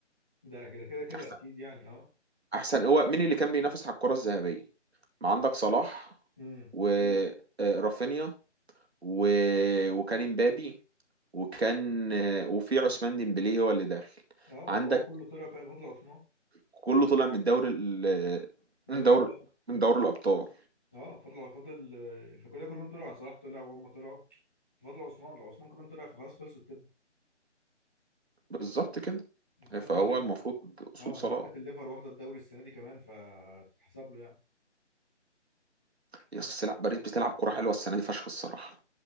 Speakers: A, in the centre; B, on the right (about 60°).
A: ده كده كده كده
B: احسن
A: اكيد يعني اه
B: احسن هو مين اللي كان بينافس على الكره الذهبيه ما عندك صلاح
A: امم
B: ورافينيا و... وكان امبابي وكان آه، وفي عثمان ديمبلي هو اللي داخل
A: اه ما
B: عندك
A: هو كله طلع في بطل عثمان
B: كله طلع من الدوري ال-
A: دوري
B: من دور
A: ابطال
B: من دوري الابطال
A: اه فضل فضل آه، فكده كلهم طلعوا يعني. صلاح طلع وهم طلعوا فضل عثمان لو عثمان كمان طلع فخلاص خلصت كده
B: بالظبط كده
A: خصوصا
B: فهو
A: كمان ان
B: المفروض اصول
A: اه
B: صلاح
A: ان عندك الليفر واخده الدوري السنه دي كمان فتتحسب له يعني
B: يا أصل لا باريس بتلعب كرة حلوه السنه دي فشخ الصراحه